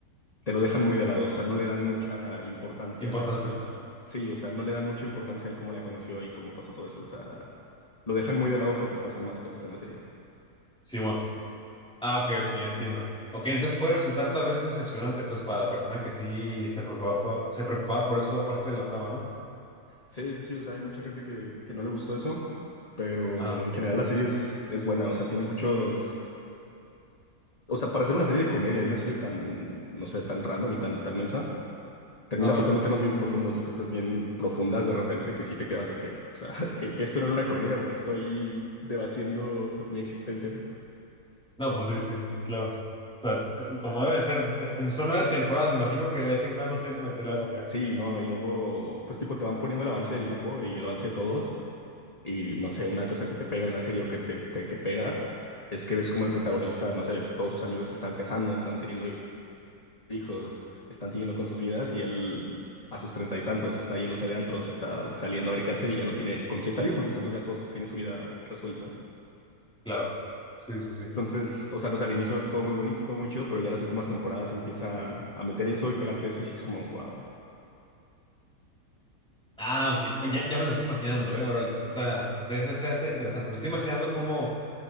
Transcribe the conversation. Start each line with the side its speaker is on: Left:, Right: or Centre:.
Left: te lo dejan muy de lado, o sea, no le dan mucha importancia
Centre: Importancia.
Left: al... Sí, o sea, no le dan mucha importancia al cómo la conoció y cómo pasó todo eso, o sea, lo dejan muy de lado porque pasan más cosas en la serie.
Centre: Sí, bueno. Ah, ok, ok, entiendo. Ok, entonces puede resultar tal vez decepcionante, pues, para la persona que sí se preocupaba, po- se preocupaba por eso, aparte de la trama, ¿no?
Left: Sí, sí, sí, o sea, hay mucha gente que, que no le gustó eso, pero
Centre: Ajá,
Left: en general la serie es, es buena, o sea, tiene muchos... O sea, para hacer una serie de comedia y una serie tan, no sé, tan random y tan, tan mensa, termina
Centre: ajá.
Left: tocando temas bien profundos y cosas bien profundas de repente que sí te quedas de que, o sea, <laughs> que, que esto no era una comedia porque estoy debatiendo mi existencia.
Centre: No, pues sí, sí, sí, sí, claro. O sea, co- como debe ser, te- en- son nueve temporadas, me imagino que de vez en cuando se han de meterle algo acá.
Left: Sí, no, y luego, pues tipo, te van poniendo el avance del grupo y el avance de todos. Y no sé, una cosa que te pega en la serie o que te, te- que pega es que ves como el protagonista, no sé, todos sus amigos se están casando, están teniendo hijos, están siguiendo con sus vidas y él a sus treinta y tantos está yéndose de antros, está saliendo a ver qué hace y ya no tiene con quién salir porque sus amigos ya todos tienen su vida resuelta.
Centre: Claro. Sí, sí, sí.
Left: Entonces, o sea, no sé, al inicio es todo muy bonito, todo muy chido, pero ya las últimas temporadas empiezan a meter eso y pegarte eso y sí es como, wow.
Centre: Ah, ok. Ya, ya me lo estoy imaginando, ¿eh? Órale, sí está, o sea, esa- esa está interesante. Me estoy imaginando cómo.